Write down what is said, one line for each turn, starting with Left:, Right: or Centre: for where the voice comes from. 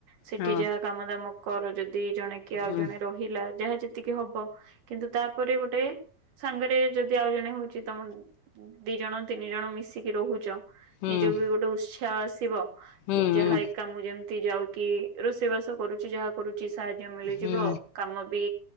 Right: ସେଠି
Left: ହଁ
Right: ଯାହା କାମ ଦାମ କର ଯଦି ଜଣେ କି ଆଉ
Left: ହୁଁ
Right: ଜଣେ ରହି ହିଲା ଯାହା ଯେତିକି ହବ କିନ୍ତୁ ତାପରେ ଗୋଟେ ସାଙ୍ଗରେ ଯଦି ଆଉ ଜଣେ ହଉଛି ତମ ଦି ଜଣ ତିନି ଜଣ ମିଶିକି ରହୁଛ।
Left: ହୁଁ।
Right: ନିଜକୁ ବି ଗୋଟେ ଉତ୍ସାହ ଆସିବ
Left: ହୁଁ
Right: କି
Left: ହୁଁ
Right: ଯାହା ଯେମତି ଯାଉକି ରୋଷେଇ ବାସ କରୁଛି ଯାହା କରୁଛି ସାହାଯ୍ୟ ମିଳିଯିବ
Left: ହୁଁ
Right: କାମ ବି